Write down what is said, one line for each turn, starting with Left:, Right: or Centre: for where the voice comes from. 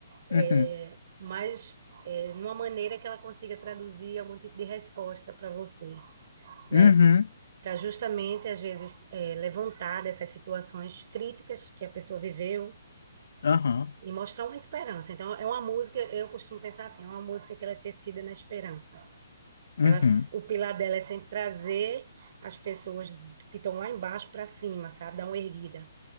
Right: é,
Left: Uhum.
Right: mas é, numa maneira que ela consiga traduzir algum tipo de resposta para você. né?
Left: Uhum.
Right: para justamente, às vezes, é, levantar dessas situações críticas que a pessoa viveu
Left: Aham.
Right: e mostrar uma esperança. Então, é uma música, eu costumo pensar assim, é uma música que ela é tecida na esperança.
Left: Uhum.
Right: Ela, o pilar dela é sempre trazer as pessoas que estão lá embaixo para cima, sabe? Dar uma erguida.